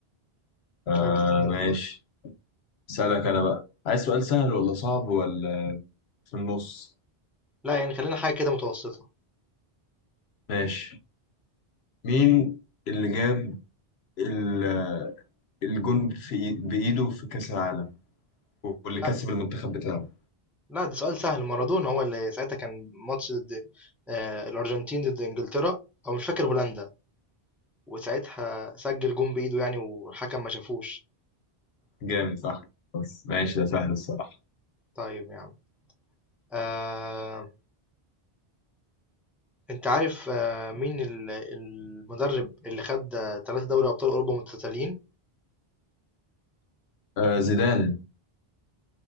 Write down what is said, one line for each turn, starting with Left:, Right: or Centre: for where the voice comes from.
Left: أه
Centre: لعبة أندية
Left: ماشي
Centre: بقى،
Left: سألك انا بقى عايز سؤال سهل ولا صعب ولا في النص
Centre: لأ يعني خلّينا حاجة كده متوسطة،
Left: ماشي مين اللي جاب ال- الجون في إي- بإيده في كأس العالم واللي كسب
Centre: لأ،
Left: المنتخب بتاعه
Centre: لأ ده سؤال سهل مارادونا هو اللي ساعتها كان ماتش ضد آآ الأرجنتين ضد إنجلترا أو مش فاكر هولندا، وساعتها سجّل جون بإيده يعني والحكم ما شافوش.
Left: جامد صح بس ماشي ده سهل الصراحة
Centre: طيب يا عم آآ أنت عارف آه، مين ال المدرب اللي خَد 3 دوري أبطال أوروبا متتاليين؟
Left: آه زيدان